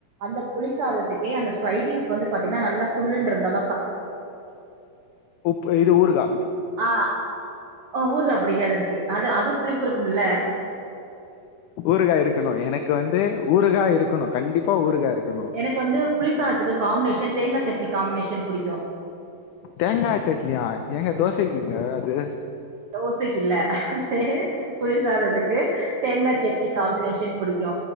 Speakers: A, on the right (about 75°); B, on the left (about 90°).
A: அந்த புளிசாதத்துக்கே அந்த சைடிஸ் வந்து பாத்தீங்ன்னா நல்லா சுல்லுனுயிருந்தாலு
B: உப் இது ஊறுகா
A: ஆ ஓ ஊறுகா புடிக்காது எனக்கு அது அதுவு புளிப்பு இருக்கும்ல்ல
B: ஊறுகா இருக்கனோ எனக்கு வந்து ஊறுகா இருக்கனோ கண்டிப்பா ஊறுகா இருக்கனோ
A: இப்ப வந்து புளிசாத்துக்கு காம்பினேஷன் தேங்கா சட்னி காம்பினேஷன் புடிக்கு
B: தேங்கா சட்னியா ஏங்க தோசைக்குங்க அது
A: தோசைக்கு இல்ல சேந்து புளிசாதத்துக்கு தேங்கா சட்னி காம்பினேஷன் புடிக்கு